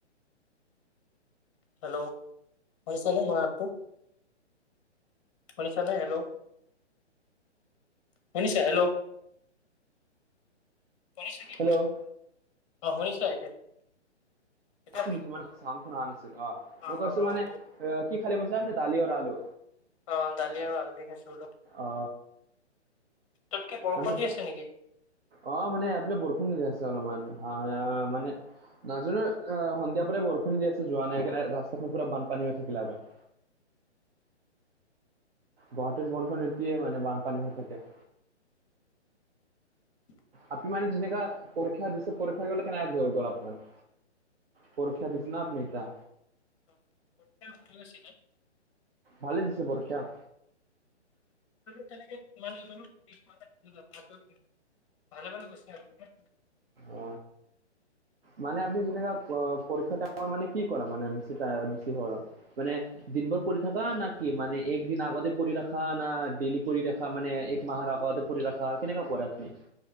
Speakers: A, on the left; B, on the right.
A: হেল্লো শুনিছনে মাতটো? শুনিছা নে হেল্লো। শুনিছা হেল্ল? শুনিছা কি
B: হেল্ল' অ
A: অঁ শুনিছা এতিয়া। এতিয়া
B: শুনিছো মান চাওন খুনা নাছিল অঁ
A: অ',
B: মই কৈছো মানে কি খালে কৈছা দালি অৰ আলু।
A: অ দালি আৰু আল দি খাইছো বোলো
B: অ
A: তাত কি বৰষুণ
B: তাৰপিছত
A: দি আছে নেকি?
B: অ মানে এফালে বৰষুণ দি আছে অলমান আহ মানে। নাজানো এ সন্ধিয়া পৰাই বৰষুণ দি আছে যোৱা নাই কাণে ৰাস্তাটো পুৰা বানপানী হৈ থাকিলে হেতেন। গুৱাহাটীৰ বনখন এতিয়ে মানে বানপানী হৈ থাকে।
A: <inaudible>
B: আপনি মানে তেনেকা পৰীক্ষা দিছে পৰীক্ষা গ'লে কেনেকা গল আপোনাৰ। পৰীক্ষা দিছে না আপুনি এতিয়া।
A: মোৰ পৰীক্ষা ভালে হৈছিলে।
B: ভালে দিছে পৰীক্ষা।
A: তেনেকে মানে মানে। <unintelligible> ভালে ভালে গৈছে আৰু।
B: অ মানে আপুনি যোন দিনা পৰীক্ষাৰ পাছ মানে কি কৰা মানে বেছিতা বেছি হ। মানে দিন বৰ পৰি থাকা না কি মানে একদিন আগতে কৰি ৰাখা না ডেইলি কৰি ৰাখা মানে এক মাহৰ আগত। কৰি ৰাখা কেনেকা পৰে আপুনি।